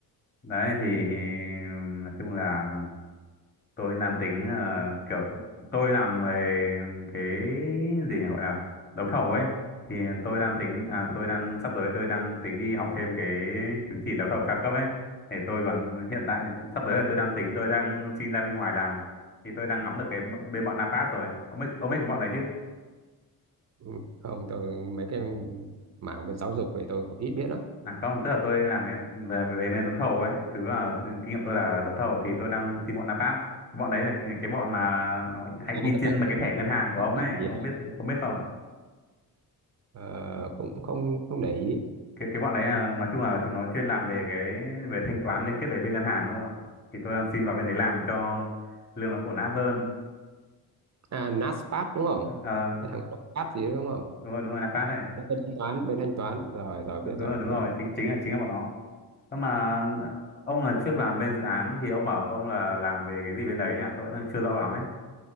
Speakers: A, on the left (about 25°); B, on the right (about 45°).
A: đấy thì,
B: ừ.
A: thì nói chung là tôi nam tính ờ, kiểu tôi làm về cái gì nhỉ gọi là đấu thầu ấy thì tôi đang tính à tôi đang sắp tới tôi đang tính đi học thêm cái chứng chỉ đấu thầu cao cấp ấy để tôi còn hiện tại sắp tới là tôi đang tính tôi đang xin ra bên ngoài làm thì tôi đang ngắm được cái b- bên bọn Napat rồi ông biết ông biết cái bọn này chứ
B: Ừ. không tôi mấy cái mảng về giáo dục thì tôi cũng ít biết lắm
A: à không tức là tôi làm về về, về bên đấu thầu ấy chứ là kinh nghiệm tôi là đấu thầu thì tôi đang xin bọn Napat bọn đấy là cái, cái bọn mà nó hay
B: à,
A: in
B: các
A: trên
B: bạn
A: mà
B: biết-
A: cái thẻ ngân hàng của ông
B: biết
A: ấy
B: gì
A: ông
B: à?
A: biết ông biết không
B: Ờ, cũng không không để ý
A: cái cái bọn đấy là, nói chung là chúng nó chuyên làm về cái về thanh toán liên kết về bên ngân hàng đúng không ạ thì tôi đang xin vào bên đấy làm cho lương nó ổn áp hơn
B: à NASPAT đúng không
A: ờ
B: cái thằng NASPAT gì đó đúng không
A: đúng rồi đúng rồi Napat đây
B: bên thanh toán bên thanh toán rồi rồi
A: đúng,
B: biết
A: đúng
B: rồi
A: rồi đúng
B: biết
A: rồi chính chính là chính là bọn nó nhưng mà ờ, ông là trước làm bên dự án thì ông bảo ông là làm về cái gì bên đấy nhỉ tôi vẫn đang chưa rõ lắm ấy